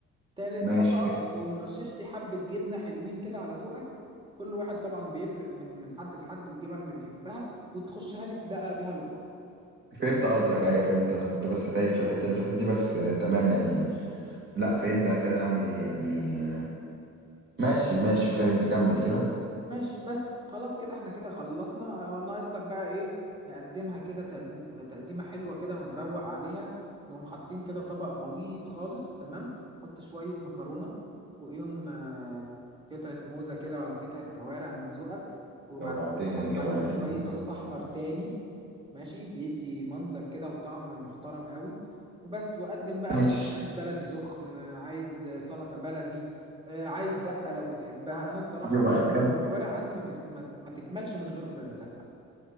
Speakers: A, on the right (about 15°); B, on the right (about 35°).
A: تالت
B: ماشي
A: طبقة
B: كده
A: تقوم رشش لي حبة جبنة حلوين كده على ذوقك كل واحد طبعا بيفرق من من حد لحد الجبن اللي بيحبها وتخشها لي في بقى بيها الفرن
B: فهمت قصدك ايوه فهمت انا كنت بس تايه في الحته اللي فاتت دي بس آه، تمام يعني لا فهمت أنا كده هعمل ايه يعني آه، ماشي ماشي فهمت كمل كده
A: ماشي بس خلاص كده احنا كده خلصنا آه، ناقص لك بقى ايه نقدمها كده تقديم- آه، تقديمة حلوة كده ونروق عليها نقوم حاطين كده طبق غويط خالص تمام حط شوية مكرونة فوقيهم آه، قطعة موزة كده ولا قطعة كوارع من ذوقك وبعد
B: جوعتني
A: كده حط
B: يعني جوعتني
A: عليهم شوية
B: والله.
A: صوص أحمر تاني ماشي بيدي منظر كده وطعم محترم قوي وبس وقدم بقى
B: ماشي
A: معاك عيش بلدي سخن عايز سلطة بلدي آه، عايز دقة لو بتحبها انا الصراحة
B: أيوة،
A: الكوارع عندي ما, تف... ما... ما تكملش من غير دقة